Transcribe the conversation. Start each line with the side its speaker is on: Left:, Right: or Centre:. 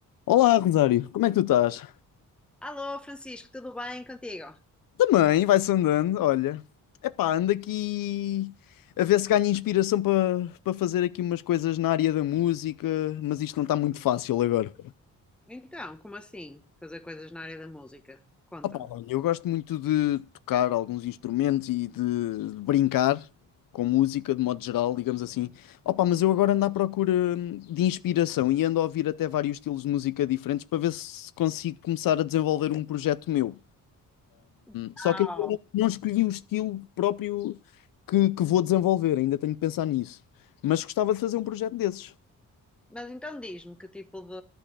Left: Olá, Rosário, como é que tu estás?
Centre: Alô, Francisco, tudo bem contigo?
Left: Também, vai-se andando, olha. Epá, ando aqui a ver se ganho inspiração para para fazer aqui umas coisas na área da música, mas isto não está muito fácil agora.
Centre: Então, como assim? Fazer coisas na área da música? Conta-me.
Left: Opá, olha, eu gosto muito de tocar alguns instrumentos e de, de brincar com música, de modo geral, digamos assim. Opá, mas eu agora ando à procura hum, de inspiração e ando a ouvir até vários estilos de música diferentes para ver se consigo começar a desenvolver um projeto meu.
Centre: Uau.
Left: Só que ainda não não escolhi o estilo próprio que, que vou desenvolver, ainda tenho que pensar nisso. Mas gostava de fazer um projeto desses.
Centre: Mas então diz-me que tipo de